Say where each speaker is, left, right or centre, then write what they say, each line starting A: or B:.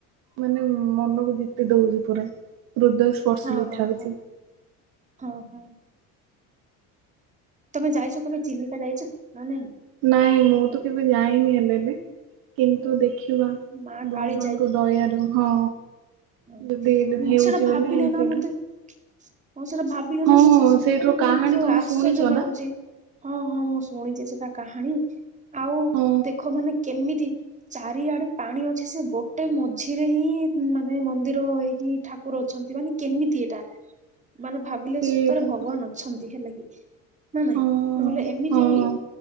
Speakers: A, on the right; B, on the right.
A: ମାନେ ମନକୁ ଜିତି ଦଉଛି ପୁରା। ହୃଦୟ ସ୍ପର୍ଶୀ
B: ହଁ-
A: ଗୀତ
B: ହଁ-
A: ହଉଛି
B: ହଁ- ହଁ- ହଁ। ତମେ ଯାଇଚ କେବେ ଚିଲିକା ଯାଇଚ, ନା ନାଇଁ?
A: ନାଇଁ ମୁଁ ତ କେବେ ଯାଇନି ହେଲେ ବି, କିନ୍ତୁ ଦେଖି ଖିବା
B: ମା କାଳି
A: ଭଗବାନଙ୍କୁ ଦୟାରୁ ହଁ।
B: ମୁଁ
A: ଯଦି ଏଇଟା ହେଉଛି
B: ସେଟା ଭାବିଲେ
A: ବୋଲେ
B: ନା
A: ସେଇଠୁ
B: ମତେ, ମୁଁ ସେଟା ଭାବ ବିଲେ
A: ହଁ
B: ନା ମତେ ମାନେ
A: ସେଇଠାରୁ
B: ବହୁତ
A: କାହାଣୀ ତମେ
B: ଆଶ୍ଚର୍ଯ୍ୟ
A: ଶୁଣିଛ
B: ଲାଗୁଛି।
A: ନା?
B: ହଁ- ହଁ- ମୁଁ ଶୁଣିଛି ସେଟା କାହାଣୀ, ଆଉ
A: ହଁ
B: ଦେଖ ମାନେ କେମିତି ଚାରିଆଡେ ପାଣି ଅଛି, ସେ ଗୋଟେ ମଝିରେ ହିଁ ମାନେ ମନ୍ଦିର ହେଇକି ଠାକୁର ଅଛନ୍ତି, ମାନେ କେମିତି ଏଇଟା? ମାନେ ଭାବିଲେ,
A: ସେଇଟା
B: ସତରେ ଭଗବାନ
A: ତ
B: ଅଛନ୍ତି ହେଲା କିି। ନା ନାଇଁ
A: ହଁ
B: ନହେଲେ ଏମିତି,
A: ହଁ।